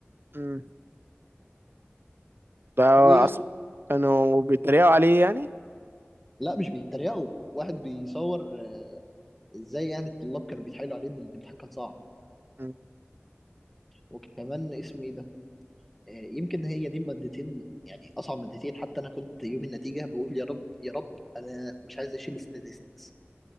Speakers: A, on the right; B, in the centre.
A: مم. ده
B: و
A: أصلا كانوا بيتريقوا عليه يعني
B: لا مش بيتريقوا واحد بيصور آه، ازاي يعني الطلاب كانوا بيتحايلوا عليه ان الامتحان كان صعب
A: مم.
B: وكمان اسمه ايه ده آه، يمكن هي دي مادتين يعني اصعب مادتين حتى انا كنت يوم النتيجه بقول يا رب يا رب انا مش عايز اشيل statistics